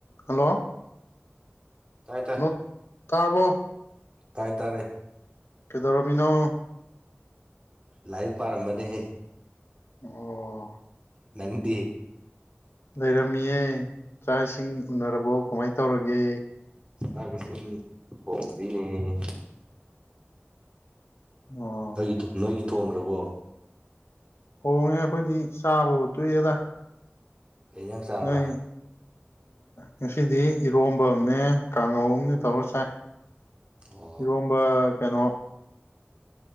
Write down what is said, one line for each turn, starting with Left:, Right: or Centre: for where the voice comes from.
Left: hello
Right: ꯇꯥꯏ
Left: ꯅ ꯇꯥꯔꯕꯣ
Right: ꯀꯥꯏ ꯇꯔꯦ
Left: ꯀꯦꯗꯔꯃꯤꯅꯣ
Right: ꯂꯥꯏꯔꯤꯛ ꯄꯥꯔꯝꯕꯅꯦ
Left: ꯑꯣ
Right: ꯅꯪꯗꯤ
Left: ꯂꯩꯔꯝꯃꯤꯌꯦ ꯆꯥꯛ ꯏꯁꯤꯡ ꯎꯅꯔꯕꯣ ꯀꯃꯥꯏꯅ ꯇꯧꯔꯒꯦ
Right: ꯁꯁꯤꯡ ꯊꯣꯡꯔꯤꯅꯦ
Left: ꯑꯣ
Right: ꯑꯩꯒꯤ ꯅꯣꯏꯒꯤ ꯊꯣꯡꯈ꯭ꯔꯕꯣ
Left: ꯍꯣꯡꯉꯦ ꯑꯩꯈꯣꯏꯗꯤ ꯆꯥꯕꯕꯨ ꯇꯣꯛꯑꯦꯗ
Right: ꯀꯩ ꯅꯪ ꯆꯥꯔꯕ
Left: ꯅꯣꯏ ꯉꯁꯤꯗꯤ ꯏꯔꯣꯝꯕ ꯑꯃꯅꯦ ꯀꯥꯡꯉꯧ ꯑꯅꯦ ꯇꯧꯔ ꯁꯥꯏ
Right: ꯑꯣ
Left: ꯏꯒꯝꯕ ꯀꯩꯅꯣ